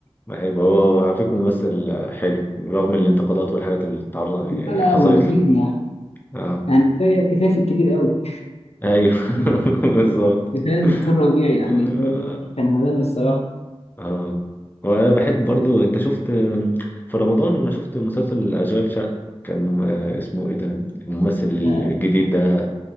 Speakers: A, on the left; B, on the left.
A: بحبه هو هو على فكرة ممثل حلو رغم الانتقادات والحاجات اللي تعرض يعني
B: لا لا
A: حصلت
B: هو لذيذ
A: له
B: يعني
A: اه
B: يعني كفاية كفاية في الكبير قوي
A: ايوه <laughs> بالظبط
B: كفاية دكتور ربيع يعني
A: اه
B: هو كان عالمي الصراحة
A: اه. وانا بحب برضو انت شفت في رمضان انا شفت مسلسل اشغال شقة كان آه، اسمه ايه ده الممثل الجديد
B: آه،
A: ده